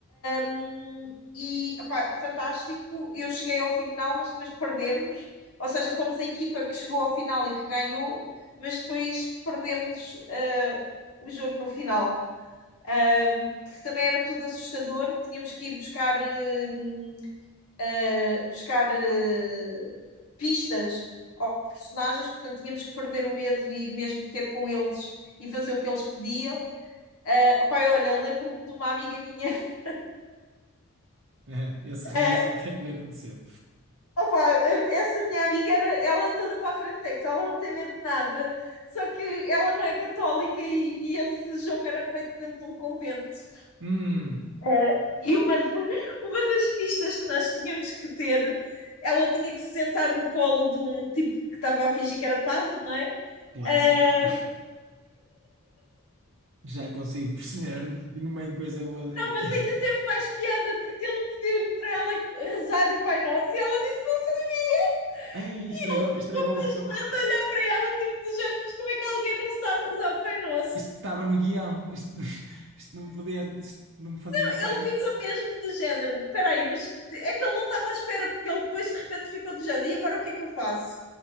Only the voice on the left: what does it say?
hum, e pá, fantástico. Eu cheguei ao final, mas depois perdemos. Ou seja, fomos a equipa que chegou ao final e que ganhou, mas depois perdemos, eh, o jogo no final. Hum, que também era tudo assustador, tínhamos que ir buscar, hum, uh, buscar uh, pistas aos personagens, portanto tínhamos que perder o medo e ir mesmo ter com eles e fazer o que eles pediam. Uh, pai, olha, lembro-me de uma amiga minha. <laughs>
Uh,
opa, eh, essa minha amiga era, ela é toda para a frentex, ela não tem medo de nada, só que ela não é católica e, e esse jogo era feito dentro de um convento.
Eh, e uma, <laughs> uma das pistas que nós tínhamos que ter, ela tinha que se sentar no colo de um tipo que estava a fingir que era padre, não é?
Ah,
não, mas
ainda teve mais piada porque ele pediu-lhe para ela rezar o Pai Nosso e ela disse que não sabia
e
ele ficou
pasmado
a
olhar para ela tipo do género, mas como é que alguém não sabe rezar o Pai Nosso?
Não, ele
ficou mesmo do género, peraí, mas é que ele não estava à espera porque ele depois de repente ficou do género e agora o que é que eu faço?